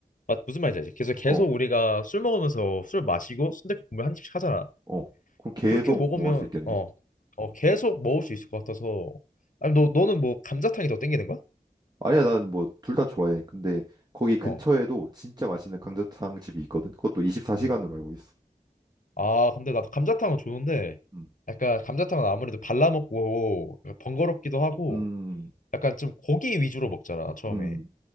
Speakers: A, on the left; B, on the right.
A: 맞, 무슨 말인지 알지? 계속 계속
B: 어,
A: 우리가 술 먹으면서 술 마시고 순댓국 국물 한 입씩 하잖아.
B: 어. 그럼 계속
A: 그렇게 먹으면
B: 먹을 수 있겠네.
A: 어, 어 계속 먹을 수 있을 것 같아서. 아니 너 너는 뭐 감자탕이 더 땡기는 거야?
B: 아니야, 난 뭐 둘 다 좋아해. 근데 거기 근처에도
A: 어.
B: 진짜 맛있는 감자탕 집이 있거든. 그것도 24시간으로
A: 음.
B: 알고 있어.
A: 아 근데 나도 감자탕은 좋은데
B: 음,
A: 약간 감자탕은 아무래도 발라 먹고 번거롭기도 하고
B: 음,
A: 약간 좀 고기 위주로 먹잖아 처음에.
B: 음.